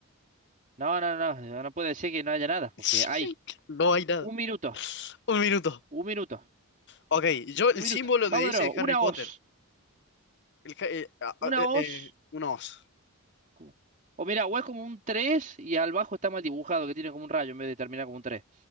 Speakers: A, on the right; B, on the left.
A: No, no, no, no puede ser que no haya nada, porque
B: <laughs>
A: hay
B: No hay nada.
A: un minuto,
B: Un minuto.
A: un minuto,
B: Ok, yo el
A: un minuto.
B: símbolo
A: Vamos
B: de ese
A: de nuevo,
B: de
A: una
B: Harry Potter.
A: hoz,
B: El, ja- eh, ah,
A: una
B: ah, eh,
A: hoz.
B: eh, un os.
A: Como- O mira, o es como un 3 y al bajo está mal dibujado, que tiene como un rayo en vez de terminar como un tres.